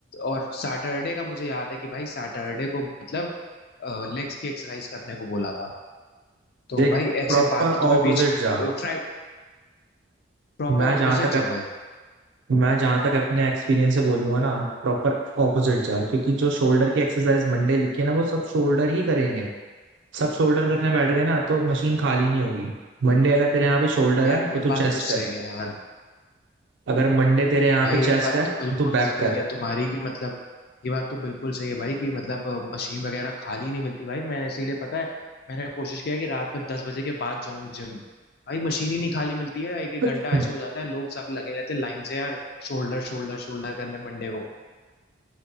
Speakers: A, on the left (about 55°); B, on the right (about 70°).
A: और सैटरडे का मुझे याद है कि भाई सैटरडे को मतलब लेग्स की एक्सरसाइज करने को बोला था तो
B: देख
A: भाई ऐसे
B: प्रॉपर
A: बाकी तो मैं
B: ऑपोजिट
A: बीच की
B: जा
A: फ्राइड प्रॉपर
B: मैं जहां
A: ऑपोजिट
B: तक
A: जाऊं भाई
B: मैं जहां तक अपने एक्सपीरियंस से बोलूंगा ना प्रॉपर ऑपोजिट जा क्योंकि जो शोल्डर की एक्सरसाइज मंडे लिखी है ना वो सब शोल्डर ही करेंगे सब शोल्डर करने बैठ गए ना तो मशीन खाली नहीं होगी मंडे अगर तेरे यहाँ पे शोल्डर
A: यार
B: है तो
A: ये
B: तू चेस्ट
A: बात तो
B: कर
A: सही है यार
B: अगर मंडे तेरे यहाँ
A: भाई
B: पे चेस्ट
A: ये बात
B: है
A: तो
B: तो
A: बिल्कुल
B: तू बैक
A: सही
B: कर
A: है तुम्हारी कि मतलब ये बात तो बिल्कुल सही है भाई कि मतलब अ, मशीन वगैरह खाली नहीं मिलती भाई मैं इसीलिए पता है मैंने कोशिश किया है कि रात में दस बजे के बाद जाऊं जिम भाई मशीन ही नहीं खाली मिलती है एक एक
B: <clears throat>
A: घंटा ऐसा हो जाता है लोग सब लगे रहते हैं लाइन से यार शोल्डर शोल्डर शोल्डर करने मंडे को